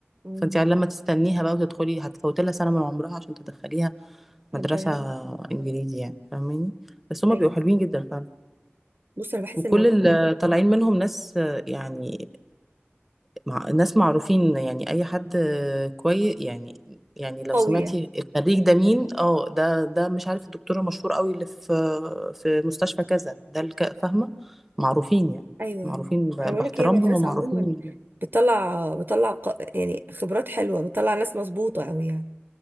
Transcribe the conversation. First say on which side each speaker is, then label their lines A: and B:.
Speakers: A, on the right; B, in the centre.
A: أم.
B: فأنت يعني لما تستنيها بقى وتدخلي هتفوتي لها سنة من عمرها عشان تدخليها مدرسة
A: هبدأ أعرف.
B: إنجليزي يعني فاهماني بس هما
A: أيوة.
B: بيبقوا حلوين جدا فعلا
A: بص انا بحس
B: وكل
A: الموضوع
B: اللي طالعين منهم ناس يعني مع ناس معروفين يعني اي حد كويس يعني يعني لو
A: قوي
B: سمعتي
A: يعني
B: الخريج ده مين اه ده ده مش عارف الدكتور المشهور قوي اللي في في مستشفى كذا ده الك- فاهمه معروفين يعني
A: ايوه
B: معروفين
A: يعني
B: ب-
A: انا بقول
B: باحترامهم
A: لك هي مدرسه
B: ومعروفين
A: عموما بتطلع بتطلع ق- يعني خبرات حلوه بتطلع ناس مظبوطه قوي يعني